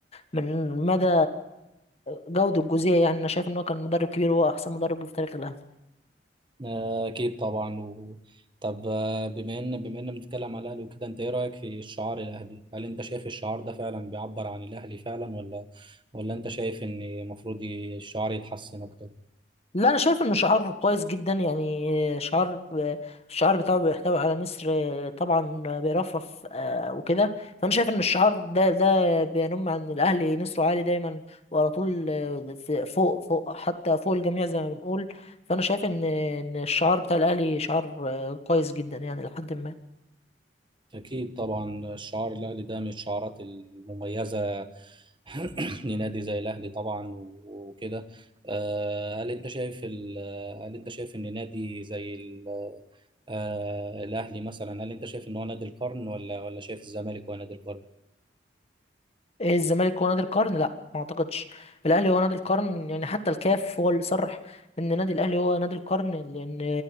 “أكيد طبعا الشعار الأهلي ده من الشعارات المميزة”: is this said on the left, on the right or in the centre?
Right